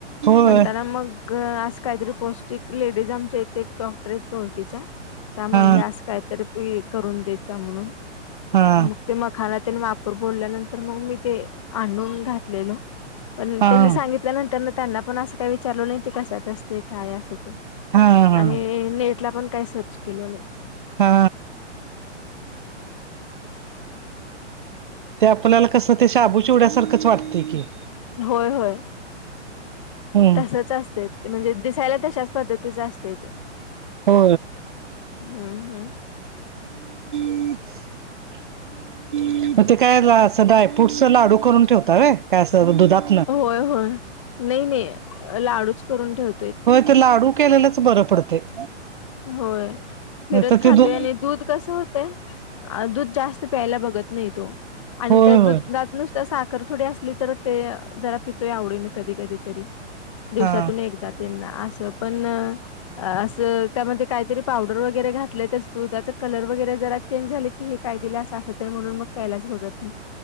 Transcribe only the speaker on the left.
म्हणताना मग अस काहीतरी पौष्टिक लेडीज आमच्या इथे एक डॉ ओळखीचा... म्हणले
असं काहीतरं बि करून देत जा म्हणून
खाना त्याने वापर बोलल्यानंतर मग मी ते आणून घातलेलो पण
त्यांनी सांगितल्यानंतर
त्यांना पण असं काही विचारलं नाही ते कशाच असतय काय असं ते..
आणि नेट ला पण काही सर्च केल नाही
होय होय
तसच असते म्हणजे दिसायला तशाच पद्धतीचं असते ते
हम्म हम्म
होय होय नाही नाही लाडूच करून ठेव
होय फिरत
खातोय
आणि दूध कसं होतय? दूध जास्त प्यायला बघत नाही तो आणि
त्या
दुधात नुसता सा ख थोडी असली तर ते जरा पितोय आवडे ना कधी कधी तरी दिवसातून
एकदा त्यांना असं पण असं त्यामध्ये काहीतरी पावडर वगैरे घातलं त्या त्याच दुधाच कलर वगैरे जरा चेंज झाले की हे काय दिले असं असं ते म्हणून मग प्यायलाच बघत नहीं